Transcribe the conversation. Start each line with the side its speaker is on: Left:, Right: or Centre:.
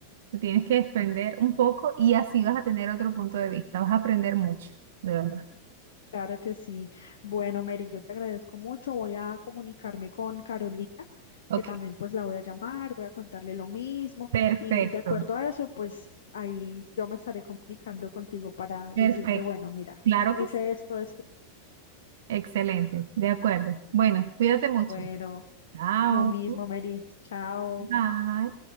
Right: te tienes que desprender un poco y así vas a tener otro punto de vista. Vas a aprender mucho, de verdad.
Left: Claro que sí. Bueno, Mary, yo te agradezco mucho. Voy a comunicarme con Carolina,
Right: Ok.
Left: que también pues la voy a llamar, voy a contarle lo mismo
Right: Perfecto,
Left: y de acuerdo a eso, pues ahí yo me estaré comunicando contigo para
Right: perfecto.
Left: decirte, bueno, mira,
Right: Claro
Left: hice
Right: que sí.
Left: esto, esto.
Right: Excelente, de acuerdo. Bueno, cuídate mucho.
Left: Bueno,
Right: Chao.
Left: lo mismo, Mary. Chao.
Right: Bye.